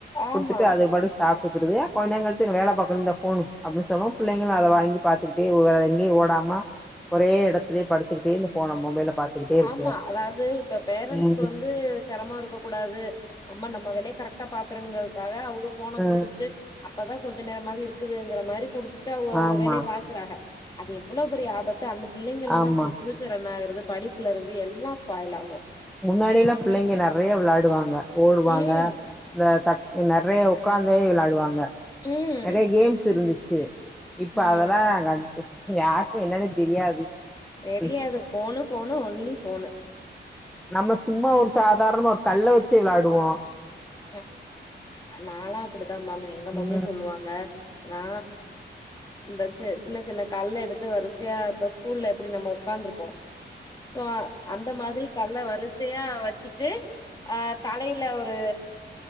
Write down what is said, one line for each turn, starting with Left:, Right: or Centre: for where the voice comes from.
Left: ஆமா
Centre: குடுத்துட்டு அதுங்பாட்டுக் சாப் டுட்டுது கொஞ்நேர் கழ்ச்சு நா வேல பாக்குன் இந்த ஃபோனு அப்டின் சொல்லோ பிள்ளைகளு அத வாங்கி பாத்துக்கிட்டே ஒ வேர எங்கியு ஓடாம ஒரே எடத்திலே படுத்துக்கிட்டே இந்த ஃபோன மொபைல பாத்துக்கிட்டே இருக்குக.
Left: ஆமா அதாவ்து இப்ப பேரண்ட்ஸ்கு
Centre: ம்.
Left: வந்து செரம்மா இருக்க கூடாது நம்ம நம்ப வேலய கரெக் டா பாத்துறங்கிறதுக்காக அவுங்க ஃபோன
Centre: ம்.
Left: குடுத்புட்டு அப்பதா கொஞ்ச நேரமாது இருக்குதுங்கிற மாரி குடுத்து ட்டா அவுக அவுக
Centre: ஆமா,
Left: வேலய பாக்குறாக அது எவ்வுளோ பெரிய ஆபத்து அந்த பிள்ளைகள்ந்தா
Centre: ஆமா.
Left: ஃபு ஃபியூச்சர் என்ன ஆகுறது படிப்புலருந்து எல்லா ஸ்பாயில் ஆவு
Centre: முன்னாடியில பிள்ளைங்க நெறைய விளாடுவாங்க ஓடுவாங்க
Left: ம்.
Centre: இந்த த நெறைய உக்காந்தே விளாடுவாங்க
Left: ம்.
Centre: நெறைய கேம்ஸ் இருந்துச்சு இப்ப
Left: ம்.
Centre: அதெல்லா இ யார்க்மே என்னன்னே தெரியாது
Left: தெரியாது
Centre: ம்.
Left: ஃபோனு ஃபோனு ஒன்லி ஃபோனு
Centre: நம்ம சும்மா ஒரு சாதார்ணமா ஒரு கல்ல வச்சி வ்ளாடுவோ
Left: ம் நால்லா அப்டிதா மேம் எங்க மாம்யா
Centre: ம்
Left: சொல்லுவாங்க நா இந்த ச சின்ன சின்ன கல்ல எடுத்து வருசையா இப்ப ஸ்கூல்ல எப்டி நம்ம உக்காந்துருப்போ சோ அ அந்த மாதிரி கல்ல வருசையா வச்சிட்டு ஆ தலையில ஒரு ஆ